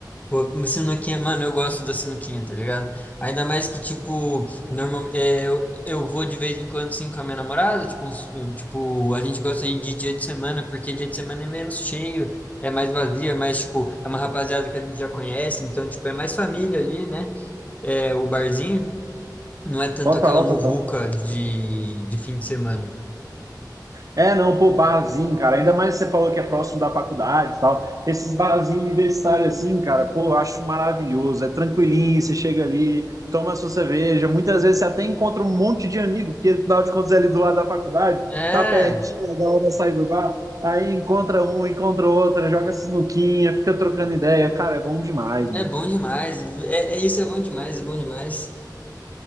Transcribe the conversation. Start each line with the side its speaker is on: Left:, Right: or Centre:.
Left: Pô, uma sinuquinha, mano, eu gosto da sinuquinha, tá ligado? Ainda mais que, tipo, normal, é, eu, eu vou de vez em quando, assim, com a minha namorada, tipo, uns- tipo, a gente gosta de ir de dia de semana, porque dia de semana é menos cheio, é mais vazio, é mais, tipo, é uma rapaziada que a gente já conhece, então, tipo, é mais família ali, né? É, o barzinho não é tanto
Right: Total,
Left: aquela muvuca
Right: total.
Left: de, de fim de semana.
Right: É, não, pô, barzinho, cara. Ainda mais você falou que é próximo da faculdade e tal. Esses barzinhos universitários assim, cara, pô, eu acho maravilhoso. É tranquilinho, você chega ali, toma a sua cerveja. Muitas vezes você até encontra um monte de amigo, porque afinal de contas é ali do lado da faculdade,
Left: É,
Right: tá pertinho, é da hora de sair do bar. Aí encontra um, encontra outra, joga sinuquinha, fica trocando ideia. Cara, é bom demais,
Left: É
Right: mano.
Left: bom demais. É, é- isso é bom demais, é bom demais.